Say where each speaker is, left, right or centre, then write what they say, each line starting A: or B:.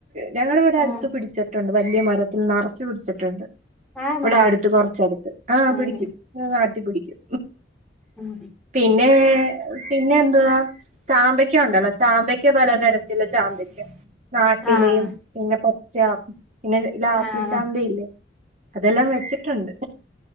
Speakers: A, on the right; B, in the centre.
A: ഞങ്ങളുടെ ഇവിടെ
B: ആഹ്
A: അടുത്ത് പിടിച്ചിട്ടുണ്ട് വലിയ മരത്തിൽ നറച്ചു പിടിച്ചിട്ടുണ്ട്
B: ആണോ
A: ഇവിടെ അടുത്ത് കൊറച്ചടുത്ത് ആഹ
B: ആഹ്
A: പിടിക്കും നാട്ടി പിടിക്കും
B: ഉം
A: പിന്നെ പിന്നെ എന്തുവാ ചാമ്പയ്ക്ക ഉണ്ടല്ലോ ചാമ്പയ്ക്ക പലതരത്തില് ചാമ്പയ്ക്ക നാട്ടിലെയും
B: ആഹ്
A: പിന്നെ ച്ച പിന്നെ ഇല്ല ആപ്പിൾ
B: ആഹ്
A: ചാമ്പയില്ലേ അതെല്ലാം വെച്ചിട്ടുണ്ട്